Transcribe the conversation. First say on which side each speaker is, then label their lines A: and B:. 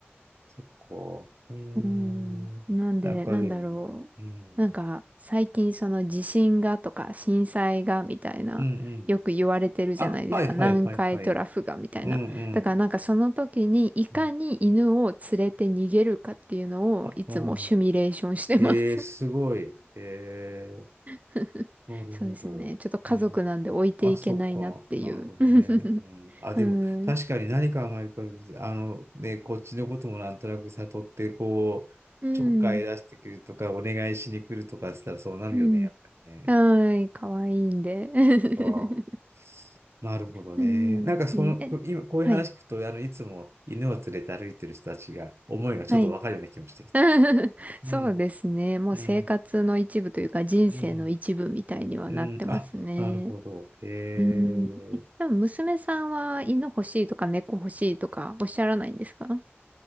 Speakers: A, on the right; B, on the right.
A: そっか。うーん。
B: うん、なんで、
A: なんかでも、
B: なんだろう。
A: うん。
B: なんか、最近その地震がとか震災がみたいな、
A: うん、うん。
B: よく言われてるじゃないですか。
A: あ、はい、
B: 南海トラフがみたいな。
A: はい、はい、はい。うん、うん。
B: だからなんかその時にいかに犬を連れて逃げるかっていうのをいつもシミュレーションしてます。
A: うん。あ、うん。ええ、すごい。ええ、
B: <laughs>
A: なるほど。
B: そうですね。ちょっと家族なんで置いていけないなっていう。
A: うんあ、そっか。なるほどね。
B: <laughs>
A: うん。あ、
B: はい。
A: でも、確かに何考えるか、あの、ね、こっちのこともなんとなく悟って、こう、
B: うん。
A: ちょっかい出してくるとか、お願いしに来るとかしたらそうなるよね、
B: うん。
A: やっぱりね。
B: はい。かわいいんで。<laughs>
A: ああ。なるほどね。
B: うん。
A: なんかその、
B: え、えはい。
A: こ今、こういう話聞くと、あの、いつも犬を連れて歩いてる人たちが、思いがちょっとわかるような気もしてきた。
B: はい。<laughs> そうですね。
A: うん、
B: もう生活の一部というか人生の一部みたいにはなってますね。
A: うん、うん、うん。あ、なるほど。へえ。
B: うん。えでも娘さんは犬欲しいとか猫欲しいとかおっしゃらないんですか